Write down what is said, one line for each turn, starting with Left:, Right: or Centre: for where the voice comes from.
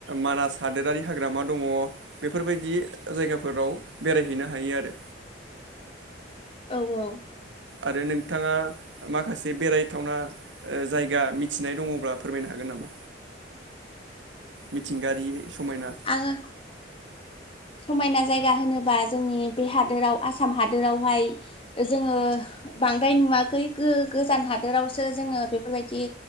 Right: मानास हादोरारि हाग्रामा दङ बेफोरबायदि जायगाफोराव बेरायहैनो हायो आरो।
Left: औ औ।
Right: आरो नोंथाङा माखासे बेरायथावना जायगा मिथिनाय दङब्ला फोरमायनो हागोन नामा? मिथिंगारियै समायना।
Left: आङो समायना जायगा होनोबा जोंनि बे हादोराव आसाम हादोरावहाय जोङो बांद्राय नुवाखै गो-गोजान हादोरावसो जोङो बेफोरबायदि